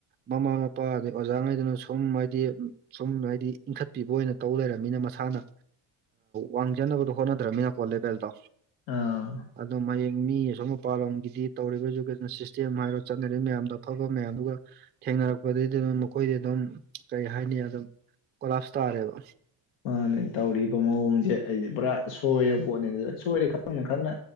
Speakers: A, on the right (about 25°); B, on the left (about 85°).
A: ꯃꯃꯥ ꯃꯄꯥ ꯑꯗꯩ ꯑꯣꯖꯥꯉꯩꯗꯨꯅ ꯁꯨꯝ ꯍꯥꯏꯗꯤ ꯁꯨꯝ ꯍꯥꯏꯗꯤ ꯏꯟꯈꯠꯄꯤꯕ ꯑꯣꯏꯅ ꯇꯧ ꯂꯩꯔꯃꯤꯅ ꯃꯁꯥꯅ ꯋꯥꯡꯖꯅꯕꯗꯣ ꯍꯣꯠꯅꯗ꯭ꯔꯕꯃꯤꯅꯀꯣ ꯂꯦꯕꯦꯜꯗꯣ
B: ꯑꯥ
A: ꯑꯗꯣ ꯍꯌꯦꯡ ꯃꯤ ꯑꯁꯣꯝ ꯃꯄꯥꯟ ꯂꯝꯒꯤꯗꯤ ꯇꯧꯔꯤꯕ ꯏꯖꯨꯀꯦꯁꯟ ꯁꯤꯁꯇꯦꯝ ꯍꯥꯏꯔꯣ ꯆꯠꯅꯔꯤꯕ ꯃꯌꯥꯝꯗꯣ ꯑꯐꯕ ꯃꯌꯥꯝꯗꯨꯒ ꯊꯦꯡꯅꯔꯛꯄꯗꯒꯤꯩꯗꯤ ꯑꯗꯨꯝ ꯃꯈꯣꯏꯗꯤ ꯑꯗꯨꯝ ꯀꯔꯤ ꯍꯥꯏꯅꯤ ꯑꯗꯨꯝ ꯀꯣꯂꯥꯞꯁ ꯇꯥꯔꯦꯕ
B: ꯃꯥꯅꯦ ꯇꯧꯔꯤꯕ ꯃꯑꯣꯡꯁꯦ ꯑꯩꯗꯤ ꯄꯨꯔꯥ ꯁꯣꯏꯔ ꯄꯣꯠꯅꯦ ꯁꯣꯏꯔꯦ ꯈꯪꯅ ꯈꯪꯅ